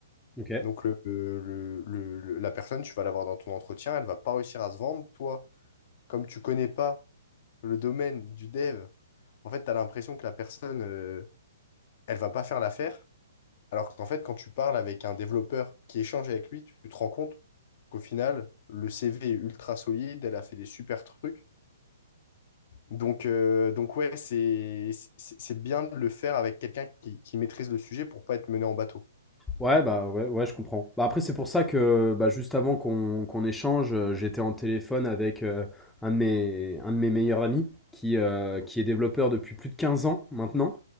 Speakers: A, in the centre; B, on the left.
A: Ok.
B: Donc le, le- le- le- la personne, tu vas l'avoir dans ton entretien, elle va pas réussir à se vendre. Toi, comme tu connais pas le domaine du dev, en fait, tu as l'impression que la personne, euh, elle va pas faire l'affaire. Alors qu'en fait, quand tu parles avec un développeur qui échange avec lui, tu te rends compte qu'au final, le CV est ultra solide, elle a fait des super trucs. Donc, euh, donc ouais, c'est c'est c'est bien de le faire avec quelqu'un qui, qui maîtrise le sujet pour pas être mené en bateau.
A: Ouais, bah ouais, ouais, je comprends. Bah, après, c'est pour ça que bah, juste avant qu'on qu'on échange, euh, j'étais en téléphone avec euh, un de mes, un de mes meilleurs amis qui, euh, qui est développeur depuis plus de 15 ans maintenant,